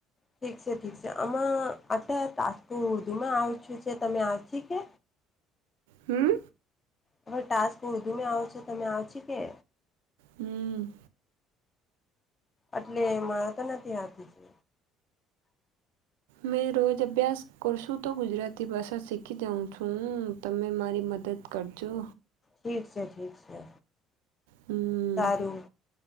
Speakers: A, on the left (about 30°); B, on the right (about 70°).
A: ઠીક છે ઠીક છે, આમાં અત તાજપુર ઉર્દુમાં આવ છું છે તમે આવશ કે?
B: હમ્મ
A: હવે ટાસ્ક ઉર્દુમાં આવો છો, તમે આવ છ કે?
B: હમ્મ
A: એટલે મારે તો નથી હકી છે,
B: મેં રોજ અભ્યાસ કરશું તો ગુજરાતી ભાષા શીખી જાઉં છું, હું તમે તેરી મદદ કરજો.
A: ઠીક છે ઠીક છે
B: હમ
A: સારું,